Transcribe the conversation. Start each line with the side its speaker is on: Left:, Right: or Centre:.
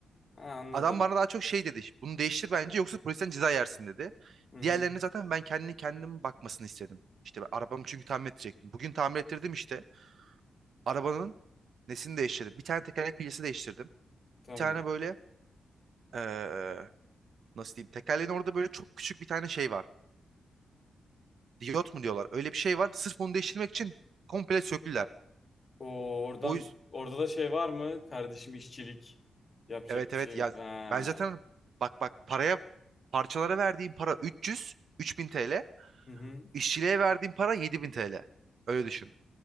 Left: Ha, anladım.
Right: Adam bana daha çok şey dedi. Bunu değiştir bence yoksa polisten ceza yersin dedi.
Left: Hı hı,
Right: Diğerlerine zaten ben kendini kendim bakmasını istedim. İşte ben arabamı çünkü tamir edecektim. Bugün tamir ettirdim işte. Arabanın nesini değiştirdim. Bir tane tekerlek bilyesi değiştirdim.
Left: tamam.
Right: Bir tane böyle eee, nasıl diyeyim tekerleğin orada böyle çok küçük bir tane şey var. Diyot mu diyorlar. Öyle bir şey var. Sırf onu değiştirmek için komple söküler.
Left: O oradan
Right: O, yüz-
Left: orada da şey var mı? Kardeşim işçilik yapacak
Right: Evet
Left: bir
Right: evet
Left: şey
Right: ya
Left: yok. Ha.
Right: ben zaten bak bak paraya parçalara verdiğim para 300 3000 TL
Left: Hı hı.
Right: işçiliğe verdiğim para 7000 TL öyle düşün.